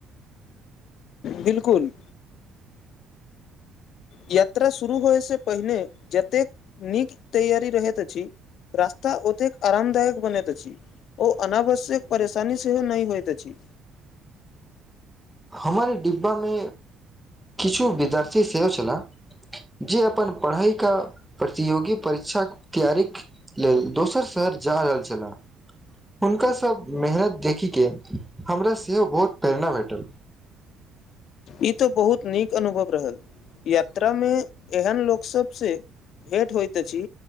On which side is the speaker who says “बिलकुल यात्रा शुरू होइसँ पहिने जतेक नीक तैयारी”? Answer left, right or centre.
Left